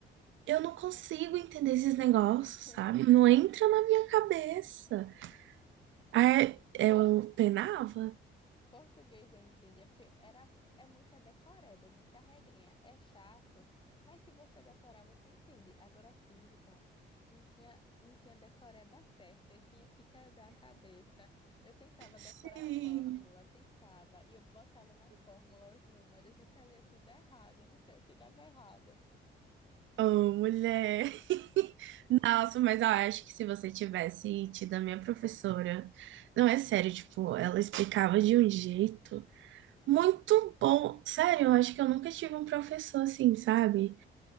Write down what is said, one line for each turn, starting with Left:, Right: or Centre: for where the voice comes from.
Right: Eu não consigo entender esses negócios,
Left: <laughs>
Right: sabe? Não entra na minha cabeça. Aí
Left: Pô,
Right: eu penava?
Left: Português eu entendia, porque era, é muita decoreba, é muita regrinha, é chato, mas se você decorar, você entende. Agora, física, não tinha, não tinha decoreba certa, eu tinha que quebrar a cabeça. Eu tentava decorar
Right: Sim.
Left: fórmula, tentava, e eu botava na fórmula os números e saía tudo errado, eu não sei o que dava errado.
Right: Oh, mulher. Nossa, mas eu acho que se você tivesse tido a minha professora, não é sério, tipo, ela explicava de um jeito muito bom. Sério, eu acho que eu nunca tive um professor assim, sabe?